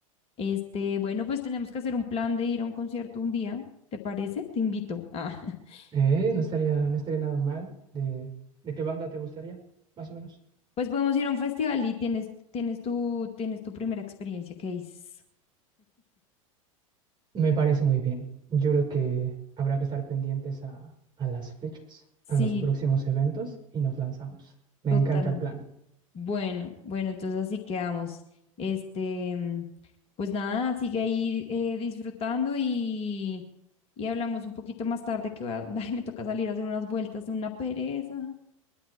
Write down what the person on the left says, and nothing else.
Este, bueno, pues tenemos que hacer un plan de ir a un concierto un día, ¿te parece? Te invito. Ah, <laughs>
pues podemos ir a un festival y tienes, tienes tu, tienes tu primera experiencia, que es,
sí,
total.
Bueno, bueno, entonces así quedamos. Este, mm, pues nada, sigue ahí eh, disfrutando y, y hablamos un poquito más tarde que voy a- <laughs> ay, me toca salir a hacer unas vueltas de una pereza.